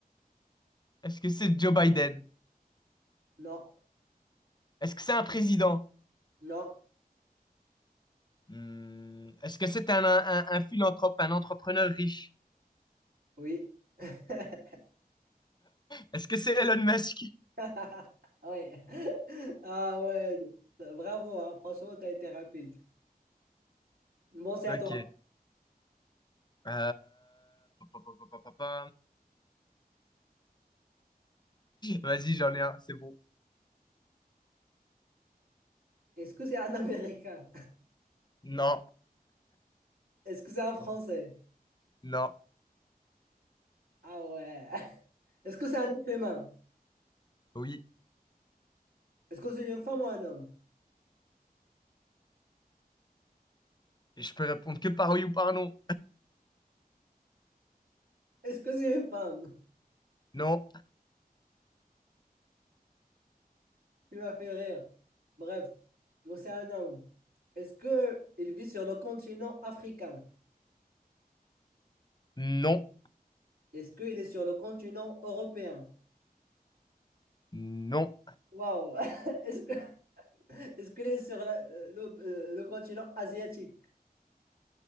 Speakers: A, on the left (about 30°); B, on the right (about 75°).
A: Est-ce que c'est Joe Biden?
B: Non.
A: Est-ce que c'est un président?
B: Non.
A: Hmm, Est-ce que c'est un, un, un philanthrope, un entrepreneur riche?
B: Oui. <laughs>
A: Est-ce que c'est Elon Musk?
B: Ah Oui. Ah ouais. Bravo, hein. Franchement, t'as été rapide. Bon, c'est à
A: Ok.
B: toi.
A: Euh, pa, pa, pa, pa, pa, pa, pa. Vas-y, j'en ai un, c'est bon.
B: Est-ce que c'est un Américain?
A: Non,
B: Est-ce que c'est un Français?
A: non,
B: Ah ouais. <laughs> Est-ce que c'est un être humain?
A: oui.
B: Est-ce que c'est une femme ou un homme?
A: Et je peux répondre que par oui ou par non.
B: Est-ce que c'est une femme?
A: Non,
B: Tu m'as fait rire. Bref, c'est un homme. Est-ce que il vit sur le continent africain?
A: non,
B: Est-ce qu'il est sur le continent européen?
A: non,
B: Waouh! <laughs> Est-ce que est-ce qu'il est sur la- euh, le, euh, le continent asiatique?